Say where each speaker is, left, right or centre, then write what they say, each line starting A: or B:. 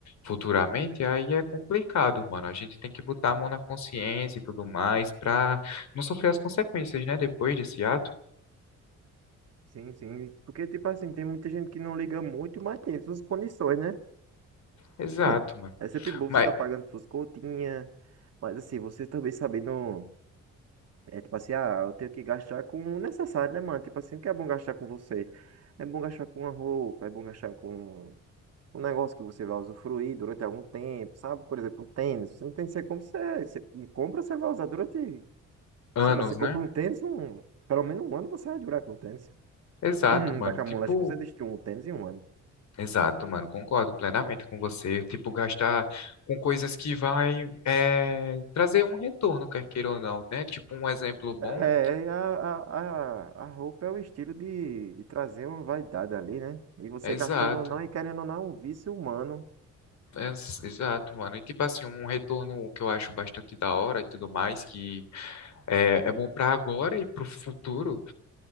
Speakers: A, on the left; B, on the right.
A: futuramente, aí é complicado, mano. A gente tem que botar a mão na consciência e tudo mais pra não sofrer as consequências, né? Depois desse ato.
B: Sim, sim. Porque, tipo assim, tem muita gente que não liga muito, mas tem suas punições, né?
A: Exato,
B: Hum.
A: mano.
B: É sempre bom
A: Mas
B: você tá pagando suas continhas, mas assim, você também sabendo. É tipo assim, ah, eu tenho que gastar com o necessário, né, mano? Tipo assim, o que é bom gastar com você? É bom gastar com uma roupa, é bom gastar com um negócio que você vai usufruir durante algum tempo, sabe? Por exemplo, um tênis. Se um tênis você compra, você, é. você compra, você vai usar durante.
A: anos,
B: Sei lá, você compra
A: né?
B: um tênis, um, pelo menos um ano você vai durar com o tênis.
A: Exato,
B: <clears throat>
A: mano.
B: Daqui a
A: Tipo.
B: um moleque você destruiu um tênis em um ano.
A: Exato, mano, concordo plenamente com você. Tipo, gastar com coisas que vai eh, trazer um retorno, quer queira ou não, né? Tipo, um exemplo bom.
B: É, é, a, a, a, a roupa é o estilo de, de trazer uma vaidade ali, né? E você
A: é Exato,
B: gastando ou não e querendo ou não, é um vício humano.
A: é ex- exato, mano. E tipo assim, um retorno que eu acho bastante da hora e tudo mais, que é, é bom pra agora e pro futuro,